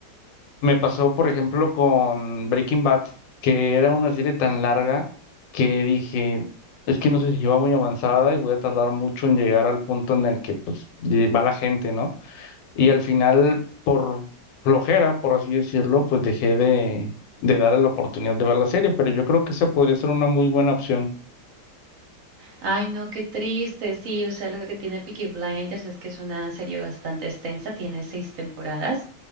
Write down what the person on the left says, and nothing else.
Me pasó, por ejemplo, con Breaking Bad, que era una serie tan larga que dije, es que no sé si yo va muy avanzada y voy a tardar mucho en llegar al punto en el que pues ye- va la gente, ¿no? Y al final, por flojera, por así decirlo, pues dejé de, de darle la oportunidad de ver la serie, pero yo creo que esa podría ser una muy buena opción.